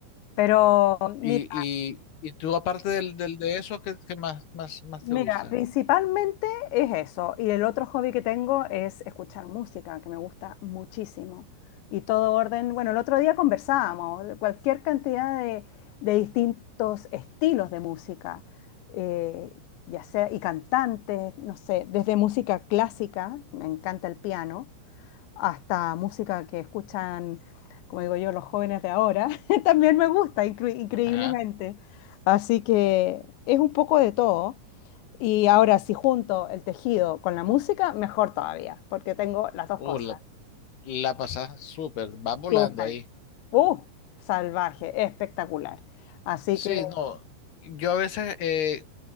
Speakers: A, on the left (about 75°); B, on the left (about 60°).
A: Pero mira.
B: Y, y, y tú, aparte del, del- de eso, ¿qué, qué más, más, más
A: Mira,
B: te gusta?
A: principalmente es eso. Y el otro hobby que tengo es escuchar música, que me gusta muchísimo. Y todo orden, bueno, el otro día conversábamos de cualquier cantidad de, de distintos estilos de música, eh, ya sea, y cantantes, no sé, desde música clásica, me encanta el piano, hasta música que escuchan, como digo yo, los jóvenes de ahora, <laughs> también me gusta, incre- increíblemente.
B: Ajá.
A: Así que es un poco de todo. Y ahora, si junto el tejido con la música, mejor todavía, porque tengo las dos
B: Oh,
A: cosas.
B: la, la pasás súper, vas volando
A: Súper.
B: ahí.
A: ¡Uh! Salvaje, espectacular. Así
B: Sí,
A: que,
B: no. Yo a veces, eh,